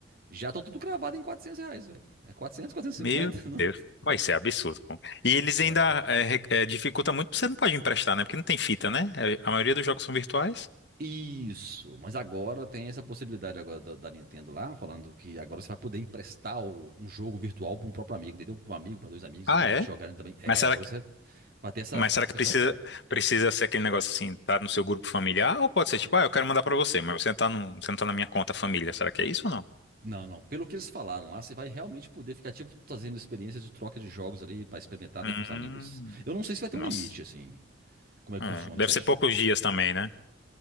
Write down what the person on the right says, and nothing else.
já estão tudo cravado em 400 reais, velho. É 400, 450,
<laughs> né?
Sério.
Isso, mas agora tem essa possibilidade agora da, da Nintendo lá, falando que agora você vai poder emprestar o- um jogo virtual para um próprio amigo, entendeu? Para um amigo, para dois amigos
ali, para
eles jogarem também. É,
agora
você vai ter essa,
essa
jogada.
Não, não. Pelo que eles falaram lá, você vai realmente poder ficar, tipo, fazendo experiências de troca de jogos ali pra experimentar,
né, com os amigos. Eu não sei se vai ter
um limite, assim, como é que
funciona
certinho.